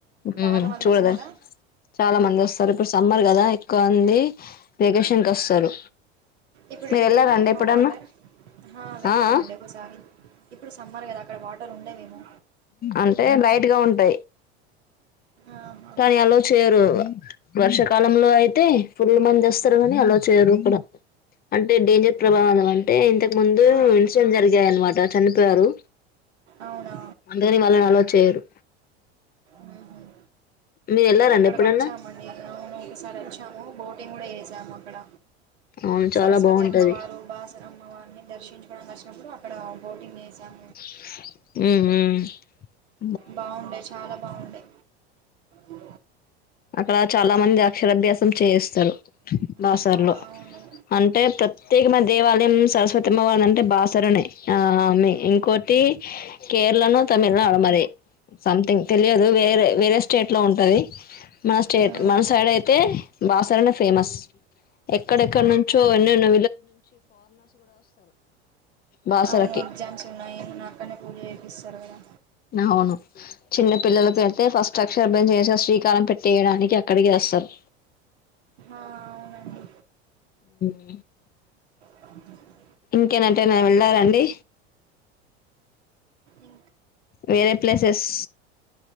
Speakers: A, on the left; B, on the right.
A: మ్
B: బాగా మంది
A: చూడద
B: వస్తారా
A: చాలా మంది వస్తారు, ఇప్పుడు సమ్మర్ కదా ఎక్కువ మంది వెేకేషన్ కి వస్తారు,
B: ఇప్పుడు
A: మీరు
B: ఏమి
A: వెళ్లారండి
B: ఉండవేమో
A: ఎప్పుడన్నా
B: వాటర్ ఆహా, వెళ్ళామండి
A: ఆ అ
B: ఒకసారి ఇప్పుడు సమ్మార్ కద అక్కడ వాటర్ ఉ ఉండవేమో
A: అంటే బయటగా ఉంటాయి
B: ఆహా.
A: కానీ అలా చేయరు వర్షాకాలంలో అయితే ఫుల్ మంది వస్తారు కానీ అలా చేయరు ఇక్కడ అంటే డేంజర్ ప్రభావం అంటే ఇంతకు ముందు
B: ఆ,
A: ఇన్సిడెంట్ జరిగాయి అనమాట చనిపోయారు
B: అవునా
A: అందుకని వాళ్ళని అలో చేయరు
B: మ్మ్హ్మ్.
A: మీరు వెళ్ళారండి
B: మేము అక్కడికి
A: ఎప్పుడన్నా
B: వచ్చామండి నవును ఒకసారి వచ్చాము బో కూడా ా అక్కడ
A: అవును
B: సరస్వతి
A: చాలా బాగుంటది
B: అమ్మవారు బాస్ రమ్మ అన్ని దర్శించుకోవనికి వచ్చినప్పుడు అక్కడ బోటింగ్ చేసాం
A: ఉ
B: బాగుండే చాలా బాగుండే వో
A: అక్కడ చాలా మంది అక్షరాభ్యాసం చేయిస్తారు బాసరులో
B: ఆహా, అవును
A: అంటే ప్రత్యేకమైన దేవాలయం సరస్వతి అమ్మవారి అంటే బాసరునే ఆ ఇంకోొటి కేరళను తమిళనాడు మరి సంథింగ్ తెలియదు వేరే వేరే స్టేట్ లో ఉంటుది మన స్టేట్
B: మ్మ్.
A: మన సైడ్ అయితే బాసరనే ఫేమస్ ఎక్కడెక్కడ నుంచో ఎన్నోన్నో బాసరకి
B: అవును ఎగ్జామ్స్ ఉన్నాయిమో నా అక్కనే పూజ చేపిస్తారు కదా
A: అవును చిన్న పిల్ల పెడితే ఫస్ట్ అక్షరభం చేసి శ్రీకారం పెట్టేయడానికి అక్కడికి వస్తారు
B: అవునండి
A: అ
B: అ
A: ఇంకేనాంటేనా వెళ్ళారంండి
B: ఇ
A: వేరే ప్లేసెస్